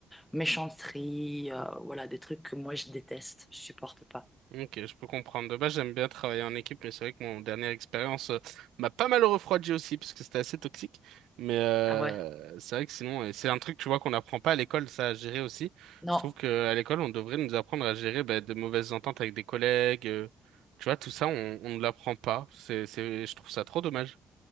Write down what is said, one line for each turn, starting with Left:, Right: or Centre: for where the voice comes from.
Centre: méchanceté, euh, voilà des trucs que moi je déteste, je supporte pas.
Right: Ok, je peux comprendre. De base, j'aime bien travailler en équipe, mais c'est vrai que mon dernière expérience euh, m'a pas mal refroidi aussi, parce que c'était assez toxique. Mais euh,
Centre: Ah ouais.
Right: c'est vrai que sinon, et c'est un truc, tu vois, qu'on n'apprend pas à l'école, ça, à gérer aussi.
Centre: Non,
Right: Je trouve qu'à l'école, on devrait nous apprendre à gérer bah, de mauvaises ententes avec des collègues. euh, tu vois, tout ça, on, on ne l'apprend pas. C'est, c'est, je trouve ça trop dommage.